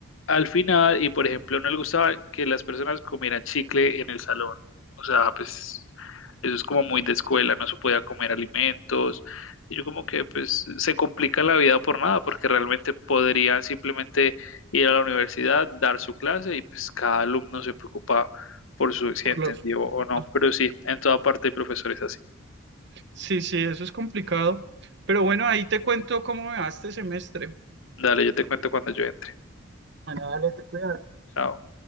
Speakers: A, on the left; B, on the right.
A: al final, y por ejemplo, no le gustaba que las personas comieran chicle en el salón. O sea, pues eso es como muy de escuela, no se podía comer alimentos. Y yo como que pues se complica la vida por nada, porque realmente podrían simplemente ir a la universidad, dar su clase y pues cada alumno se preocupa por su si
B: Por
A: entendió
B: los...
A: o no.
B: ah,
A: Pero sí, en toda parte hay profesores así.
B: Sí, sí, eso es complicado. Pero bueno, ahí te cuento cómo me va este semestre.
A: Dale, yo te cuento cuando yo entre.
B: Bueno, dale, te cuidas.
A: Chao.